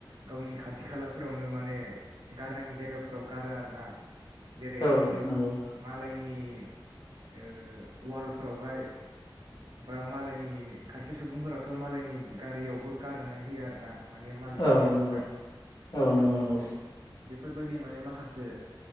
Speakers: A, on the right; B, on the left.
A: गावनि खाथि खालाफोरावनो माने गारनाङि जायगाफोराव गारो आरो ना जेरै-
B: औ नंगौ
A: मालायनि ओ वालफोरावहाय बा मालायनि खायसे सुबुंफोराथ' मालायनि गारियावबो गारनानै होयो आरो ना माने मालिक
B: औ
A: गैयि समावहाय
B: नंगौ औ नंगौ नंगौ
A: बेफोर फोरबायदि माने माखासे